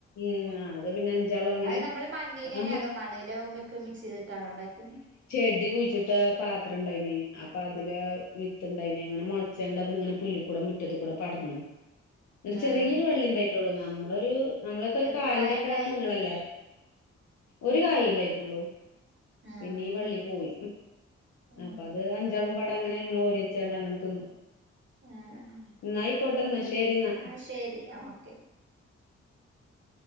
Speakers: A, on the left; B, on the right.
A: ഉ അത് പിന്നെ- അഞ്ചാളും അങ്ങനെ
B: അത് നമ്മള് മണ്ണിലേന്യോ
A: ആ
B: അതോ മണല്ലോ ഒക്കെ മിക്സ് ചെയ്തിട്ടാണോ ഉണ്ടാക്കിയത്
A: ആദ്യം കുഴിച്ചിട്ട് പത്രം ണ്ടായീനി അപ്പതില് വിത്ത്ണ്ടായീനി അങ്ങനെ മൊൾച്ചാണ്ട് അത്ങ്ങനെ പുല്ല് മുറ്റത്ത് കൂടെ പടർന്ന് ന്ന്ട്ട്
B: ആഹ്
A: ചെറിയൊരു വള്ളിയിണ്ടായിട്ടള്ളൂ നമ്മളൊരു- നമ്മളൊക്കെ ഒരു
B: എത്ര
A: കാലിന്റക്കെ
B: കായ ഇണ്ടായി
A: നീളല്ലേ ഒരു കായ്ണ്ടായ്ട്ടൊള്ളൂ
B: ആഹ്
A: പിന്നീ വള്ളി പോയി
B: ആഹ്
A: അപ്പൊ അത് അഞ്ചാളും - അങ്ങനെ ഞങ്ങൾ ഓര്യേചാണ്ട് അങ്ങനെ തിന്നു
B: ആഹ് ആഹ്
A: ന്നായ്കോട്ടെന്നാ ശേരിന്നാ
B: ആഹ് ശരി ഓക്കെ